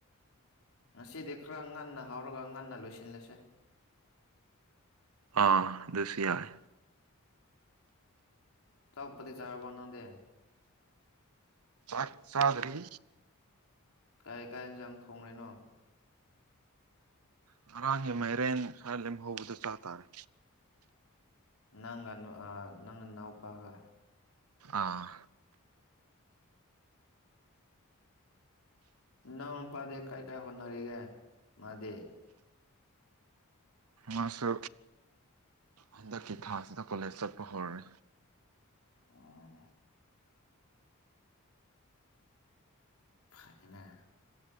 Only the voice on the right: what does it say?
ꯑꯥ ꯑꯗꯨꯁꯤ ꯌꯥꯏ
ꯆꯥꯛꯆꯗꯔꯤ
ꯉꯔꯥꯡꯒꯤ ꯃꯥꯏꯔꯦꯟ ꯂꯦꯝꯍꯧꯕꯗ ꯆꯥ ꯇꯥꯔꯦ
ꯑꯥ
ꯃꯥꯁꯨ ꯍꯟꯗꯛꯀꯤ ꯊꯥꯁꯤꯗ ꯀꯣꯂꯦꯖ ꯆꯠꯄ ꯍꯧꯔꯦ